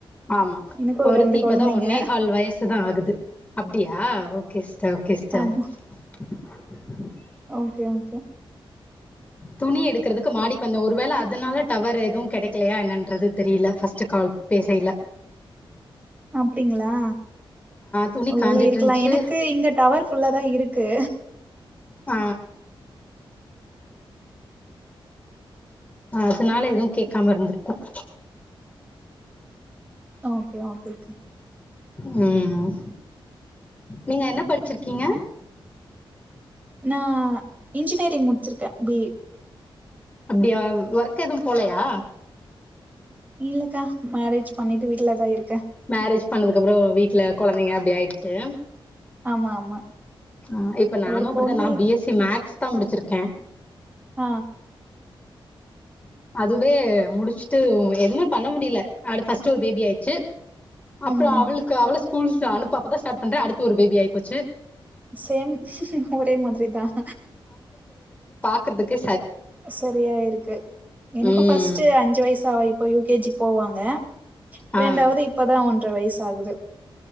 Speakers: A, on the left; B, on the right.
A: ஆமா
B: எனக்கு ஒரு
A: ஒருத்தி
B: ரெண்டு
A: இப்பதான்
B: கொழந்தைங்க
A: ஒன்னே கால் வயசுதான் ஆகுது அப்டியா ஓகே சி
B: ஆமா
A: <unintelligible>
B: ஓகே ஓகே
A: துணி எடுக்கறதுக்கு மாடிக்கு வந்தன் ஒரு வேள அதனால டவர் எதுவும் கெடைக்கலையா என்னன்றது தெரியல ஃபஸ்ட்ட் கால் பேசயல
B: அப்டீங்களா
A: துணி
B: ஒருவேளை
A: காஞ்சிட்டு
B: இருக்கலாம்
A: இருந்துச்சு
B: எனக்கு இங்க டவர் ஃபுல்லாதான் இருக்கு
A: ஆ அதனால எதுவும் கேட்காம இருந்திருக்கும்
B: ஓகே ஓகே
A: உம் நீங்க என்ன படிச்சிருக்கீங்க
B: நான் இன்ஜினியரிங் முடிச்சிருக்கேன் பி
A: அப்டியா ஒர்க் எதுவும் போலையா
B: இல்லக்கா மேரேஜ் பண்ணிட்டு வீட்டு்ல தான் இருக்கேன்
A: மேரேஜ் பண்ணதுக்கு அப்புறம் வீட்டு்ல கொழந்தைங்க அப்டி ஆயிடுச்சு
B: ஆமா ஆமா
A: ஆ இப்ப நானும்
B: ஒரு
A: அப்டித்தான்
B: பொண்ணு
A: நான் பிஎஸ்சி மேக் தான் முடிச்சிருக்கேன்
B: ஆ
A: அதுவே முடிச்சிட்டு ஒ எது பண்ண முடியல அர்பஸ்ட்டு ஒரு பேபி ஆயிடுச்சு அப்புறம்
B: ம்
A: அவளுக்கு அவ்ளோ ஸ்கூல் அனுப்பதான் ஸ்டார்ட் பண்றன் அடுத்து ஒரு பேபி ஆகி போச்சு
B: சேம் ஒரே மாதிரி தான்
A: க்றதுக்கே
B: சரியா இருக்கு எனக்கும்
A: ம்
B: ஃபர்ஸ்ட் அஞ்சு வயசு ஆ இப்போ யு கே ஜி போவாங்க
A: ஆ
B: ரெண்டாவது இப்பதான் ஒன் ர வயசு ஆகுது